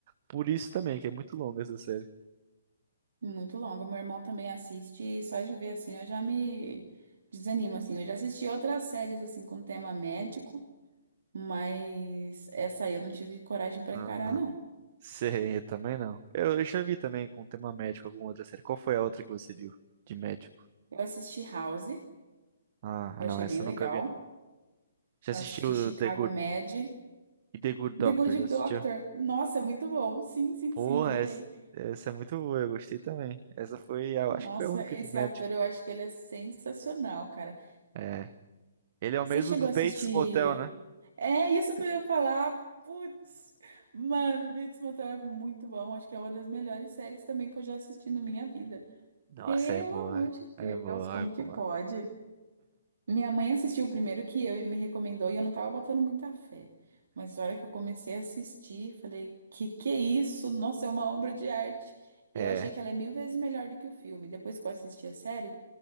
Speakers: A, on the right; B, on the right.
A: por isso também, que é muito longa essa série.
B: Muito longo. Meu irmão também assiste e só de ver assim eu já me desanimo assim. Eu já assisti outras séries assim com tema médico, mas essa aí eu não tive coragem pra
A: Ah,
B: encarar não.
A: Sei, eu também não. Eu, eu já vi também com tema médico alguma outra série. Qual foi a outra que você viu de médico?
B: Eu assisti House, que
A: Ah,
B: eu
A: não,
B: achei
A: essa
B: bem legal.
A: eu nunca vi, não. Já
B: Eu
A: assistiu
B: assisti Chicago
A: The Good,
B: Med,
A: e The Good Doctor,
B: The Good
A: já assistiu?
B: Doctor. Nossa, é muito bom. Sim, sim,
A: Pô,
B: sim, eu adorei.
A: essa, essa é muito boa, eu gostei também. Essa foi, a- eu
B: Nossa,
A: acho que foi a única
B: esse
A: de médico.
B: ator eu acho que ele é sensacional, cara.
A: É. Ele é o
B: Você
A: mesmo
B: chegou
A: do
B: a
A: Bates
B: assistir
A: Motel, né?
B: É isso que eu ia falar. Putz, mano, Bates Motel é muito bom. Acho que é uma das melhores séries também que eu já assisti na minha vida.
A: Nossa,
B: Pelo
A: é boa.
B: amor de Deus,
A: É boa,
B: como
A: é
B: que
A: boa.
B: pode? Minha mãe assistiu o primeiro que eu e me recomendou e eu não tava botando muita fé. Mas na hora que eu comecei a assistir, falei, que que é isso? Nossa, é uma obra de arte.
A: É.
B: E eu achei
A: <laughs>
B: que ela é mil vezes melhor do que o filme. Depois que eu assisti a série,